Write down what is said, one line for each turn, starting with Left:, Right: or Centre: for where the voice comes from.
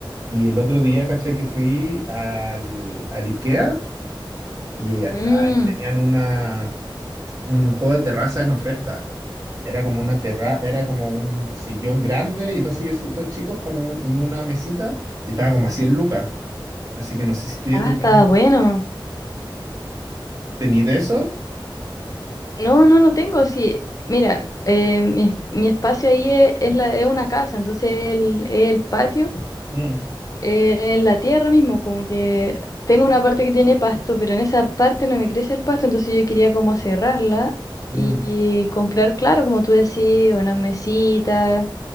Right: Y el otro día, ¿cachai? Que fui al, al IKEA y ya está,
Left: Mm,
Right: tenían una, un juego de terraza en oferta. Era como una terra, era como un sillón grande y dos silloncitos chicos como un- y una mesita y estaba como a 100 lucas. Así que no sé si tú ya
Left: ah,
Right: tenías,
Left: está bueno.
Right: ¿tenías de eso?
Left: No, no, no tengo, sí. Mira, eh, mi, mi espacio ahí es, es la, es una casa, entonces el, es el patio
Right: Mm,
Left: eh, en la tierra mismo, como que tengo una parte que tiene pasto, pero en esa parte no me crece el pasto, entonces yo quería como cerrarla
Right: mm.
Left: y, y comprar, claro, como tú decís, unas mesitas,